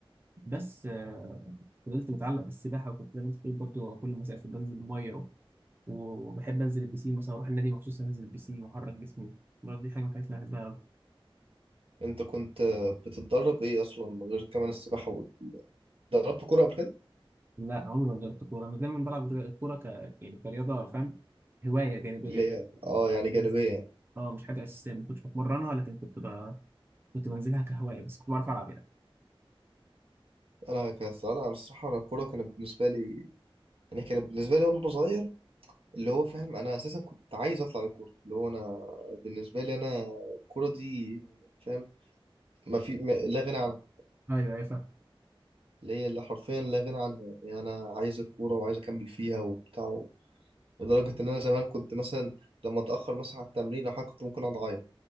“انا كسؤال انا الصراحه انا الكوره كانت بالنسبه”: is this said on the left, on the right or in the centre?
Right